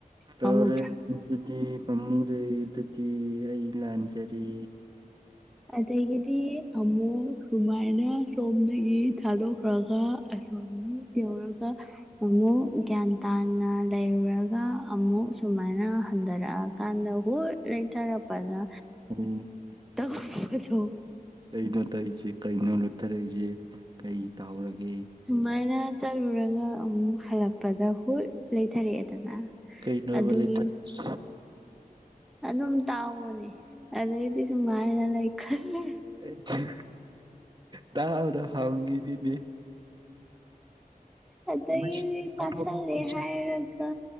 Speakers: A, on the right; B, in the centre.
A: ꯇꯥꯔꯦ
B: ꯄꯥꯝꯃꯨꯗ꯭ꯔꯥ
A: ꯑꯗꯨꯗꯤ ꯄꯥꯝꯃꯨꯔꯦ ꯑꯗꯨꯗꯤ ꯑꯩ ꯂꯥꯟꯖꯔꯦ
B: ꯑꯗꯒꯤꯗꯤ ꯑꯃꯨꯛ ꯁꯨꯃꯥꯏꯅ ꯁꯣꯝꯗꯒꯤ ꯊꯥꯗꯣꯛꯈ꯭ꯔꯒ ꯑꯁꯣꯝꯗ ꯃꯨꯛ ꯌꯧꯔꯒ ꯑꯃꯨꯛ ꯒ꯭ꯌꯥꯟ ꯇꯥꯅ ꯂꯩꯔꯨꯔꯒ ꯑꯃꯨꯛ ꯁꯨꯃꯥꯏꯅ ꯍꯟꯗꯔꯛꯑ ꯀꯥꯟꯗ ꯍꯨꯠ ꯂꯩꯊꯔꯛꯄꯗ
A: ꯎꯝ
B: ꯇꯧꯕꯗꯣ
A: ꯀꯩꯅꯣ ꯇꯧꯏꯖꯦ ꯀꯩꯅꯣ ꯂꯨꯠꯊꯔꯛꯏꯖꯦ ꯀꯩ ꯇꯥꯍꯧꯔꯒꯦ
B: ꯁꯨꯃꯥꯏꯅ ꯆꯠꯔꯨꯔꯒ ꯑꯃꯨꯛ ꯍꯜꯂꯛꯄꯗ ꯍꯨꯠ ꯂꯩꯊꯔꯛꯑꯦꯗꯅ
A: ꯀꯩꯅꯣꯕ
B: ꯑꯗꯨꯒꯤ
A: <inaudible>
B: ꯑꯗꯨꯝ ꯇꯥꯑꯣꯅꯦ ꯑꯗꯩꯗꯤ ꯁꯨꯃꯥꯏꯅ ꯂꯩ ꯈꯜꯂꯦ
A: ꯑꯩ ꯇꯥꯕꯔꯥ ꯍꯪꯉꯤꯅꯤꯅꯦ
B: ꯑꯗꯒꯤꯗꯤ
A: ꯃꯁꯤ
B: ꯇꯥꯁꯜꯂꯦ
A: ꯑꯐꯕ ꯀꯣꯏꯁꯟ
B: ꯍꯥꯏꯔꯒ